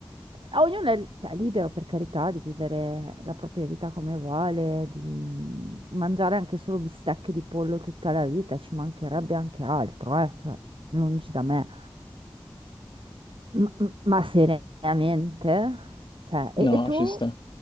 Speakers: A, on the right (about 75°); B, on the left (about 65°).
A: a ognuno è è libero per carità di vivere la propria vita come vuole, di mangiare anche solo bistecche di pollo tutta la vita, ci mancherebbe anche altro, eh, cioè, lungi da me. M- m- Ma seriamente? Cioè, e,
B: No,
A: e tu?
B: ci sta.